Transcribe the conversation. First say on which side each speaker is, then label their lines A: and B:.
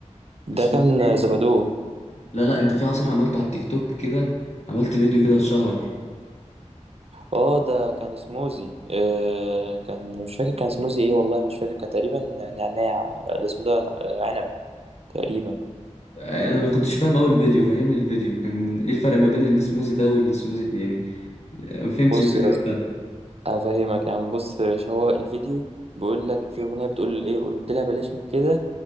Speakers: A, on the left; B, on the right.
A: اسمه
B: ده كان
A: ايه
B: زبادو
A: لا لا انت في عصير عملته على التيك توك كده عملت فيديو كده شهر
B: اه ده كان سموزي آه كان مش فاكر كان سموزي ايه والله مش فاكر كان تقريبا نعناع الاسم ده آه، عنب تقريبا
A: انا ما كنتش فاهم اول فيديو فهمني الفيديو كان ايه الفرق ما بين السموزي ده والسموزي ده يعني ما فهمتش
B: بص
A: الفيديو
B: يا
A: وقتها
B: افهمك يعني بص يا باشا هو الفيديو بيقول لك في اغنيه بتقول ايه قلت لها بلاش من كده